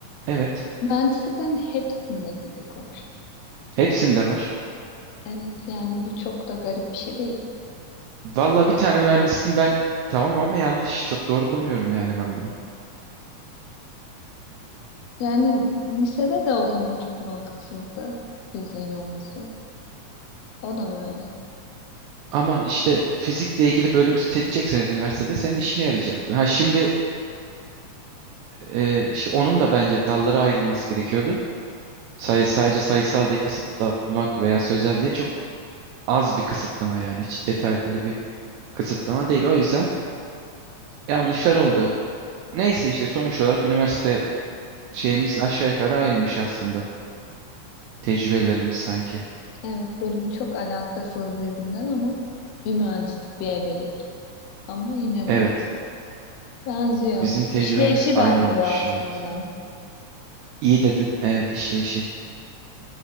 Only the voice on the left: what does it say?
mühendisliklerin hepsinde fizik var.
Evet yani bu çok da garip bir şey değil.
Yani lisede de o zaman çok mantıksızdı fiziğin olması. O da mı öyle?
Evet bölüm çok alakasız birbirinden ama bir mühendislik bir ebelik. Ama yine
de benziyor.
İşleyişi
benziyor
aslında.